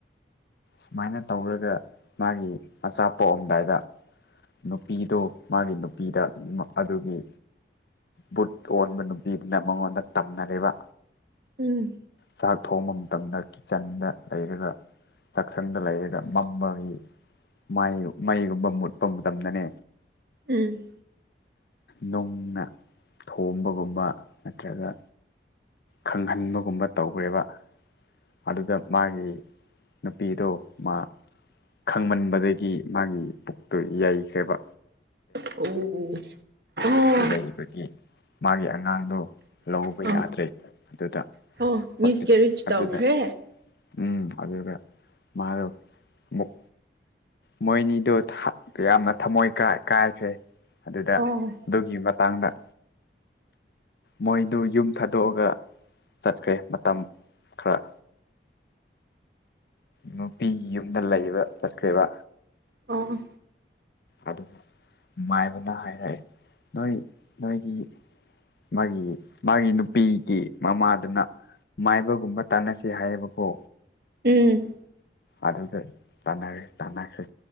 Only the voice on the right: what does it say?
ꯎꯝ
ꯎꯝ
ꯑꯣ ꯑꯣ
ꯑ
ꯑꯣ
ꯃꯤꯁꯀꯦꯔꯤꯖ
ꯇꯧꯈ꯭ꯔꯦ
ꯑꯣ
ꯑꯣ
ꯎꯝ